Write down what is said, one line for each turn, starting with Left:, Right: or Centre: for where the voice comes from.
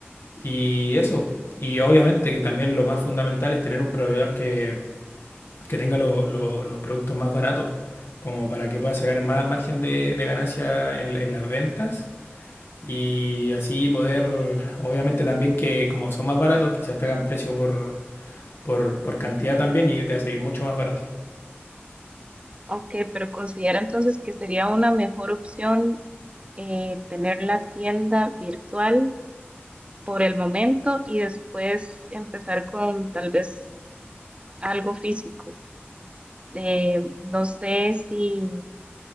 Left: y eso. Y obviamente que también lo más fundamental es tener un proveedor que que tenga lo- lo- los productos más baratos, como para que pueda sacar más margen de, de ganancia en, en las ventas y así poder, obviamente también que como son más baratos, quizás te hagan precio por, por, por cantidad también y te va a salir mucho más barato.
Right: Ok, pero considera entonces que sería una mejor opción eh, tener la tienda virtual por el momento y después empezar con tal vez algo físico. Eh, no sé si